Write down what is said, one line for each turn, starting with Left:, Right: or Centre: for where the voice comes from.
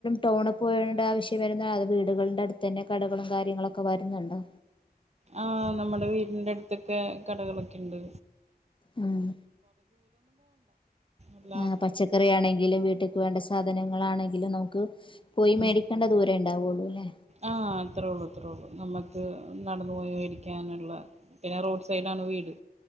Left: ടൗണ് പോകേണ്ട ആവശ്യം വരുന്ന അത് വീടുകൾടെ അട്ത്തന്നെ കടകളും കാര്യങ്ങളൊക്കെ വര്ന്നുണ്ടോ.
Right: ആഹ് നമ്മടെ വീടിന്റെ അടുത്തൊക്കെ കടകളൊക്കിണ്ട്.
Left: ഉം
Right: എല്ലാം
Left: ആഹ് പച്ച- ക്കറിയാണെങ്കിലും വീട്ട്ക്ക് വേണ്ട സാധനങ്ങളാണെങ്കിലും നമുക്ക് പോയി മേടി-
Right: ഉം
Left: നടക്കേണ്ട ദൂരേ ഇണ്ടാവൊള്ളൂലെ?
Right: ആഹ് അത്രേ ഒള്ളു അത്രേ ഒള്ളു നമ്മക്ക് നടന്ന് പോയി മേടിക്കാന്ള്ള- പിന്നെ റോഡ് സൈഡാണ്ട് വീട്.